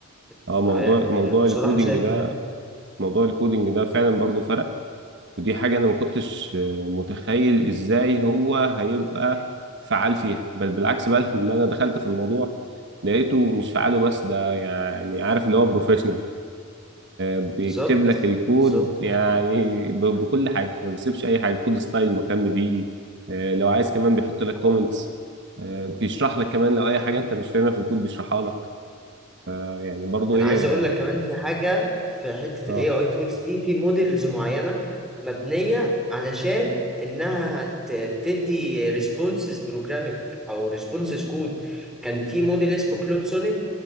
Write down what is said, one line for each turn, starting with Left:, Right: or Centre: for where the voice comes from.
Right: اه
Centre: فيعني
Right: موضوع موضوع
Centre: بصراحة
Right: الكودينج
Centre: شايف
Right: ده موضوع الكودينج ده فعلا برضو فرق ودي حاجة أنا ما كنتش متخيل إزاي هو هيبقى فعال فيها بل بالعكس بقى <laughs> لما أنا دخلت في الموضوع لقيته مش فعاله بس ده يعني عارف اللي هو بروفيشنال بيكتب
Centre: بالظبط
Right: لك الكود
Centre: بالظبط
Right: يعني ب- بكل حاجة ما بيسيبش أي حاجة كود ستايل مهتم بيه آه، لو عايز كمان بيحط لك كومنتس
Centre: اه
Right: بيشرح لك كمان لو أي
Centre: يعني
Right: حاجة أنت مش فاهمها في الكود بيشرحها لك آه، يعني برضو
Centre: انا
Right: إيه
Centre: عايز اقول
Right: يعني
Centre: لك كمان في حاجه في حته
Right: آه
Centre: الاي اي تولز دي في موديلز معينه مبنيه علشان انها ت- تدي ريسبونسز بروجرامينج او ريسبونسز كود كان في موديل اسمه كلود سونيت